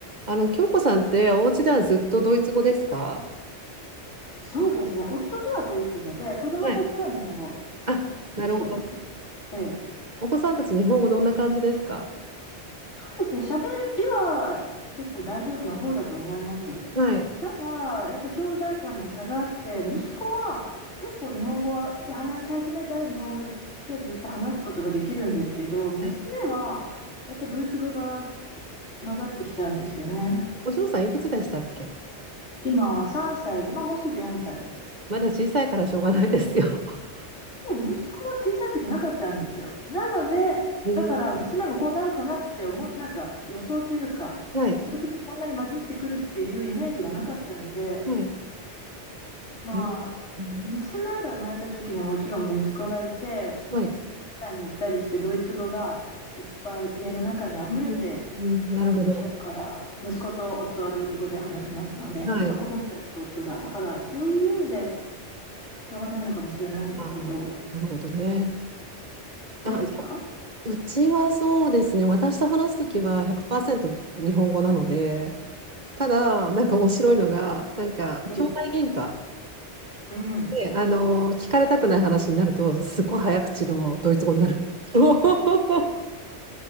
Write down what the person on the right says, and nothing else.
あの、京子さんって、お家ではずっとドイツ語ですか
はい。あ、なるほど。
お子さんたち、日本語どんな感じですか
はい。
はいお嬢さん、いくつでしたっけ
まだ小さいからしょうがないですよ。<laughs>
えー、
はい。
はい。
えー、
はい。う
ん、うんなるほど。
はい。
あー、なるほどね。
あ、あうちはそうですね。私と話すときは100%日本語なので、ただ、なんか面白いのが、なんか、
兄弟喧嘩。
ね、あの聞かれたくない話になるとすごい早口のドイツ語になるんですよ。